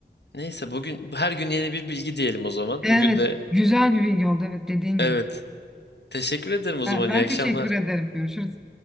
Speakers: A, on the left (about 70°); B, in the centre.
A: Neyse bugün her gün yeni bir bilgi diyelim o zaman.
B: Evet
A: Bugün de
B: güzel bir bilgi oldu evet dediğin
A: evet.
B: gibi.
A: Teşekkür ederim o
B: Ben,
A: zaman.
B: ben
A: İyi akşamlar.
B: teşekkür ederim. Görüşürüz.